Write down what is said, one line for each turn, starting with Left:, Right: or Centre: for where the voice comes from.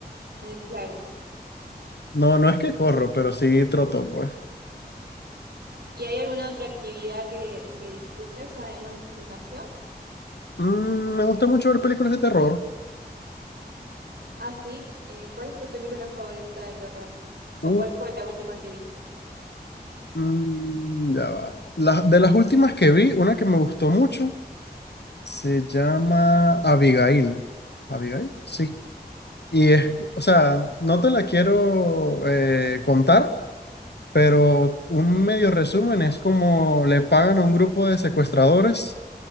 Right: Eh, Claro.
Left: No, no es que corro, pero sí troto, pues.
Right: ¿Y hay alguna otra actividad que, que disfrutes además del gimnasio?
Left: Mm, me gusta mucho ver películas de terror.
Right: Ah, sí. eh, ¿cuál es tu película favorita de terror? ¿O
Left: Uh,
Right: cuál fue la última que viste?
Left: mm, ya va. Las- de las últimas que vi, una que me gustó mucho. Se llama Abigail. ¿Abigail? Sí. Y es, o sea, no te la quiero eh, contar, pero un medio resumen es como le pagan a un grupo de secuestradores